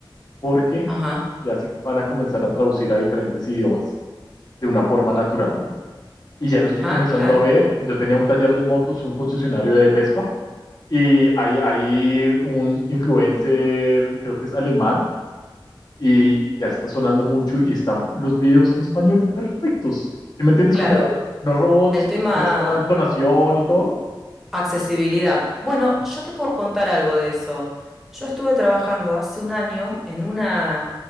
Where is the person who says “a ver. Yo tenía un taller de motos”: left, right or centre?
Left